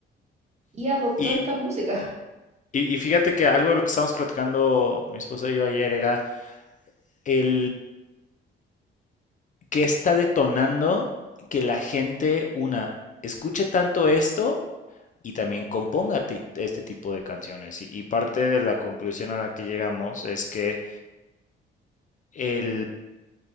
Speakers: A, on the right (about 35°); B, on the left (about 40°).
A: y adoptó
B: Y,
A: esta música. <laughs>
B: y, y fíjate que algo de lo que estábamos platicando mi esposa y yo ayer era el que está detonando que la gente, una, escuche tanto esto y también componga ti- este tipo de canciones. Y, y parte de la conclusión a la que llegamos es que el,